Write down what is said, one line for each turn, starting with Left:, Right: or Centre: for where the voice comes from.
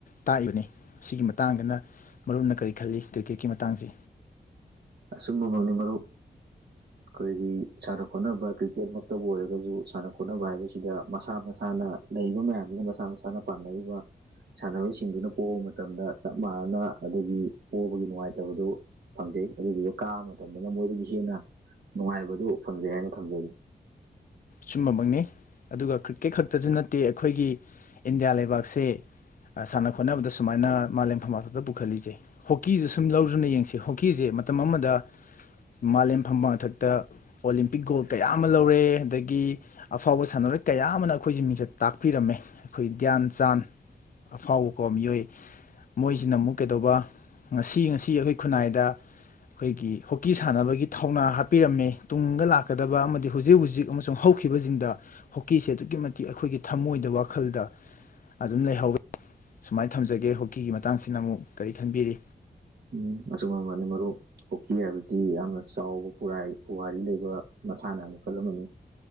Left: ꯇꯥꯛꯏꯕꯅꯤ ꯁꯤꯒꯤ ꯃꯇꯥꯡꯗꯅ ꯃꯔꯨꯞꯅ ꯀꯔꯤ ꯈꯜꯂꯤ ꯀ꯭ꯔꯤꯛꯀꯦꯠꯀꯤ ꯃꯇꯥꯡꯁꯤ
Right: ꯑꯆꯨꯝꯕꯃꯛꯅꯤ ꯃꯔꯨꯞ ꯑꯩꯈꯣꯏꯒꯤ ꯁꯥꯟꯅ ꯈꯣꯠꯅꯕ ꯀ꯭ꯔꯤꯛꯀꯦꯠꯃꯛꯇꯕꯨ ꯑꯣꯏꯔꯒꯁꯨ ꯁꯥꯟꯅ ꯈꯣꯠꯅꯕ ꯍꯥꯏꯕꯁꯤꯗ ꯃꯁꯥ ꯃꯁꯥꯅ ꯂꯩꯔꯤꯕ ꯃꯌꯥꯝꯁꯤꯅ ꯃꯁꯥ ꯃꯁꯥꯅ ꯄꯥꯝꯅꯔꯤꯕ ꯁꯥꯟꯅꯔꯣꯏꯁꯤꯡꯗꯨꯅ ꯄꯣꯕ ꯃꯇꯝꯗ ꯆꯞ ꯃꯥꯟꯅꯅ ꯑꯗꯒꯤ ꯄꯣꯕꯒꯤ ꯅꯨꯡꯉꯥꯏꯇꯕꯗꯨ ꯐꯪꯖꯩ꯫ ꯑꯗꯨꯗꯨꯒ ꯀꯥꯕ ꯃꯇꯝꯗꯅ ꯃꯣꯏꯗꯒꯤ ꯍꯦꯟꯅ ꯅꯨꯡꯉꯥꯏꯕꯗꯣ ꯐꯪꯖꯩ ꯍꯥꯏꯅ ꯊꯝꯖꯒꯦ꯫
Left: ꯁꯨꯝꯕꯃꯛꯅꯤ ꯑꯗꯨꯒ ꯀ꯭ꯔꯤꯛꯀꯦꯠ ꯈꯛꯇꯁꯨ ꯅꯠꯇꯦ ꯑꯩꯈꯣꯏꯒꯤ ꯏꯟꯗꯤꯌꯥ ꯂꯩꯕꯥꯛꯁꯦ ꯁꯥꯟꯅ ꯈꯣꯠꯅꯕꯗ ꯁꯨꯃꯥꯏꯅ ꯃꯥꯂꯦꯝ ꯐꯝꯕꯥꯜꯊꯛꯇ ꯄꯨꯈꯠꯂꯤꯁꯦ꯫ꯍꯣꯛꯀꯤꯁꯨ ꯁꯨꯝ ꯂꯧꯗꯅ ꯌꯦꯡꯁꯤ ꯍꯣꯛꯀꯤꯁꯦ ꯃꯇꯝ ꯑꯃꯗ ꯃꯥꯂꯦꯝ ꯐꯝꯕꯥꯜꯊꯛꯇ ꯑꯣꯂꯦꯝꯄꯤꯛ ꯒꯣꯜ ꯀꯌꯥ ꯑꯃ ꯂꯧꯔꯦ ꯑꯗꯒꯤ ꯒꯤ ꯑꯐꯥꯎꯕ ꯁꯥꯟꯅꯔꯣꯏ ꯀꯌꯥ ꯑꯃꯅ ꯑꯩꯈꯣꯏꯖꯤ ꯃꯤꯡꯆꯠ ꯇꯥꯛꯄꯤꯔꯝꯃꯦ ꯑꯩꯈꯣꯏ ꯒ꯭ꯌꯥꯟ ꯆꯥꯟ ꯑꯐꯥꯎꯕꯀꯣ ꯃꯤꯑꯣꯏ ꯃꯣꯏꯁꯤꯅ ꯑꯃꯨꯛ ꯀꯩꯗꯧꯕ ꯉꯁꯤ ꯉꯁꯤ ꯑꯩꯈꯣꯏ ꯈꯨꯟꯅꯥꯏꯗ ꯑꯩꯈꯣꯏꯒꯤ ꯍꯣꯛꯀꯤ ꯁꯥꯟꯅꯕꯒꯤ ꯊꯧꯅꯥ ꯍꯥꯞꯄꯤꯔꯝꯃꯦ ꯇꯨꯡꯗ ꯂꯥꯛꯀꯗꯕ ꯑꯃꯗꯤ ꯍꯧꯖꯤꯛ ꯍꯧꯖꯤꯛ ꯑꯃꯁꯨꯡ ꯍꯧꯈꯤꯕꯁꯤꯡꯗ ꯍꯣꯛꯀꯤꯁꯦ ꯑꯗꯨꯛꯀꯤ ꯃꯇꯤꯛ ꯑꯩꯈꯣꯏꯒꯤ ꯊꯃꯣꯏꯗ ꯋꯥꯈꯜꯗ ꯑꯗꯨꯝ ꯂꯩꯍꯧꯋꯤ ꯁꯨꯃꯥꯏꯅ ꯊꯝꯖꯒꯦ ꯍꯣꯛꯀꯤꯒꯤ ꯃꯇꯥꯡꯁꯤꯅ ꯑꯃꯨꯛ ꯀꯔꯤ ꯈꯟꯕꯤꯔꯤ꯫
Right: ꯎ ꯑꯆꯨꯝꯕꯃꯕꯅꯤ ꯃꯔꯨꯞ ꯍꯣꯛꯀꯤ ꯍꯥꯏꯕꯁꯤ ꯌꯥꯝꯅ ꯆꯥꯎꯕ ꯄꯨꯔꯥꯏ ꯄꯨꯋꯥꯔꯤ ꯂꯩꯕ ꯃꯁꯥꯟꯅ ꯃꯈꯜ ꯑꯃꯅꯤ